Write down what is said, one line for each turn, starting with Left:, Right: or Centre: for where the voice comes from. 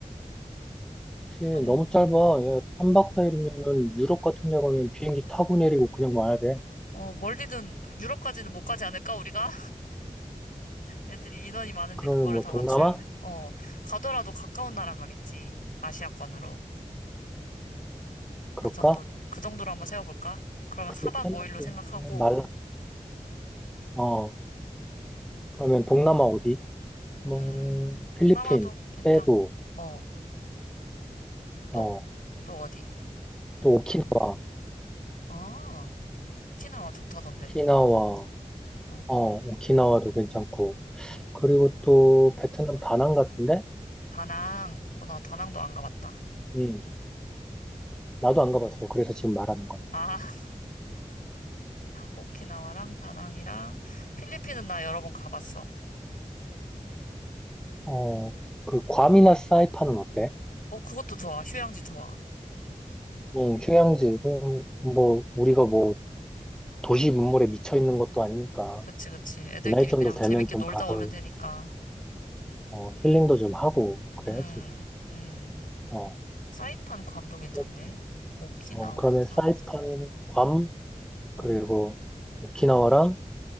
Centre: 그치.
Left: 한,
Centre: 너무 짧아. 야, 3박 4일이면은 유럽 같은 데 가면 비행기 타고 내리고 그냥 와야 돼.
Left: 어, 멀리는, 유럽까지는 못 가지 않을까, 우리가? 애들이 인원이 많은데
Centre: 그러면
Left: 그거를
Centre: 뭐
Left: 다
Centre: 동남아?
Left: 맞추려면, 어, 가더라도 가까운 나라 가겠지. 아시아권으로.
Centre: 그럴까?
Left: 그 정도로. 그 정도로 한번 세워볼까? 그러면
Centre: 그게
Left: 4박
Centre: 편하지.
Left: 5일로 생각하고,
Centre: 어, 말라. 어, 그러면 동남아 어디?
Left: 음,
Centre: 뭐,
Left: 동남아도
Centre: 필리핀,
Left: 괜찮고,
Centre: 세부.
Left: 어, 또,
Centre: 어,
Left: 또 어디?
Centre: 또 오키나와,
Left: 아, 오키나와 좋다던데.
Centre: 오키나와,
Left: 어,
Centre: 어, 오키나와도 괜찮고.
Left: 어.
Centre: 그리고 또 베트남 다낭 같은데?
Left: 다낭. 어, 나 다낭도 안 가봤다.
Centre: 음, 나도 안 가봤어. 그래서 지금 말하는 거야.
Left: 아, <laughs> 오키나와랑 다낭이랑 필리핀은 나 여러 번 가봤어.
Centre: 어, 그 괌이나 사이판은 어때?
Left: 어, 그것도 좋아. 휴양지 좋아.
Centre: 응 휴양지. 그냥 뭐, 우리가 뭐, 도시 문물에 미쳐 있는 것도 아니니까.
Left: 그치, 그치. 애들끼리
Centre: 이 나이 정도
Left: 그냥
Centre: 되면
Left: 재밌게
Centre: 좀
Left: 놀다
Centre: 가서,
Left: 오면 되니까.
Centre: 어, 힐링도 좀 하고, 그래야지.
Left: 음, 음.
Centre: 어,
Left: 사이판 괌도 괜찮네.
Centre: 그러,
Left: 오키나와,
Centre: 어, 그러면
Left: 다낭,
Centre: 사이판, 괌,
Left: 어,
Centre: 그리고 오키나와랑,